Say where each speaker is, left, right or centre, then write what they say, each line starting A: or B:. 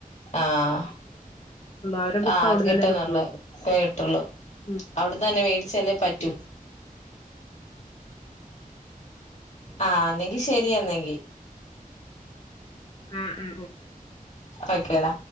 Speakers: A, on the left (about 50°); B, on the left (about 35°).
A: ആഹ്
B: അവരെ ബുക്ക്
A: അത്
B: അവിടന്ന്
A: കിട്ടുന്നുള്ളേ
B: തന്നെ കിട്ടണുള്ളൂ
A: കിട്ടൊള്ളു
B: ഉം
A: അവിടന്നന്നെ മേടിച്ചല്ലേ പറ്റൂ ആഹ് അന്നെങ്കി ശരിയന്നെങ്കി
B: ആഹ് ഉം ഓക്കെ
A: ഒക്കെടാ